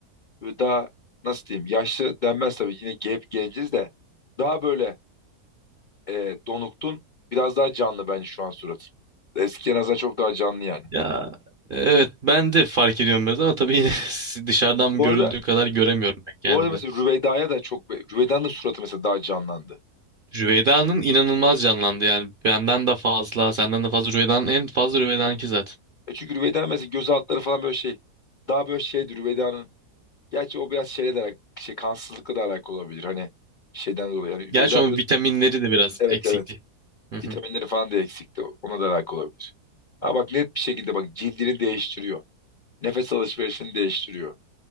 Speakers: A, on the left; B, on the right.
A: Böyle daha nasıl diyeyim? Yaşlı denmez tabii. Yine hep genciz de daha böyle e, Donukt'un biraz daha canlı bence şu an suratı. Eskiye nazaran çok daha canlı yani.
B: Ya evet ben de fark ediyorum biraz ama tabii yine <laughs> dışarıdan
A: Bu
B: görüldüğü
A: arada
B: kadar göremiyorum ben kendimde.
A: bu arada mesela Rüveyda'ya da çok Rüveyda'nın da suratı mesela daha canlandı.
B: Rüveyda'nın inanılmaz canlandı yani benden de fazla senden de fazla Rüveyda'nın en fazla Rüveyda'nınki zaten.
A: E çünkü Rüveyda mesela göz altları falan böyle şey daha böyle şeydi Rüveyda'nın. Gerçi o biraz şeyle de alak- şey kansızlıkla da alakalı olabilir. Hani şeyden dolayı. Yani
B: Gerçi
A: Rüveyda
B: onun
A: böyle
B: vitaminleri de biraz
A: evet
B: eksikti.
A: evet
B: Hı hı.
A: vitaminleri falan da eksikti. Ona da alakalı olabilir. Ha bak net bir şekilde bak cildini değiştiriyor. Nefes alışverişini değiştiriyor.